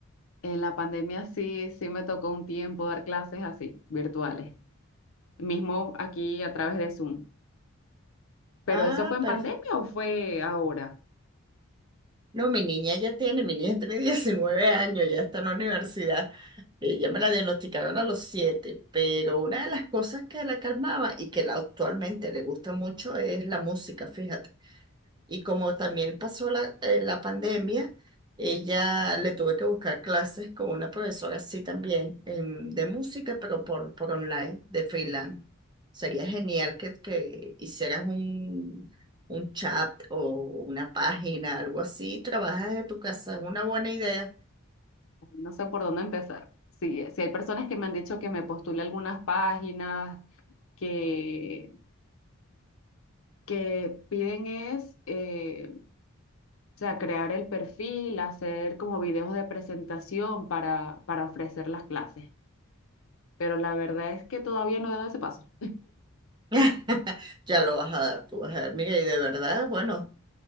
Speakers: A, on the left (about 65°); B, on the right (about 20°).
A: la pandemia sí, sí me tocó un tiempo dar clases así, virtuales, mismo aquí a través de Zoom. ¿Pero
B: Ah,
A: eso fue en
B: perfecto.
A: pandemia o fue ahora?
B: No, mi niña ya tiene, mi niña <laughs> tiene 19 años, ya está en la universidad. Ella me la diagnosticaron a los 7, pero una de las cosas que la calmaba y que la actualmente le gusta mucho es la música, fíjate. Y como también pasó la, eh, la pandemia, ella le tuve que buscar clases con una profesora así también em, de música, pero por, por online, de freelance. Sería genial que, que hicieras un, un chat o una página, algo así. Trabajas de tu casa, es una buena idea.
A: No sé por dónde empezar. Sí, sí hay personas que me han dicho que me postule algunas páginas que, que piden es, eh, O sea, crear el perfil, hacer como videos de presentación para, para ofrecer las clases. Pero la verdad es que todavía no he dado ese paso.
B: <laughs> Ya lo vas a dar, tú vas a ver. Mira, y de verdad, bueno,